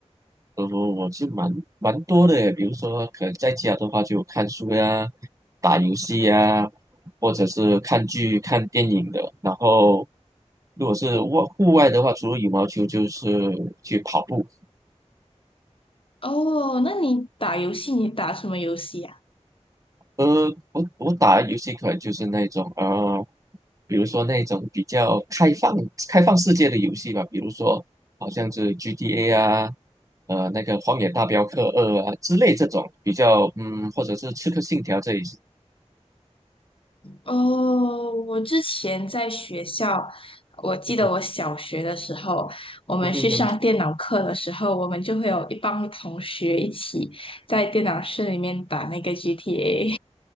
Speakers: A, on the right; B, on the left.
A: 我我我是蛮蛮多的耶，比如说可能在家的话就看书呀、打游戏呀，或者是看剧、看电影的。然后如果是外户外的话，除了羽毛球就是去跑步。
B: 哦，那你打游戏，你打什么游戏呀？
A: 呃，我我打的游戏可能就是那种呃，比如说那种比较开放开放世界的游戏吧，比如说好像是 GTA 啊，呃那个《荒野大镖客二》啊之类这种比较嗯，或者是《刺客信条》这一些。
B: 哦，我之前在学校，我记得我小学的时候，
A: <laughs> 嗯哼
B: 我们去上电脑课的时候，
A: 嗯哼哼
B: 我们就会有一帮同学一起在电脑室里面打那个 GTA，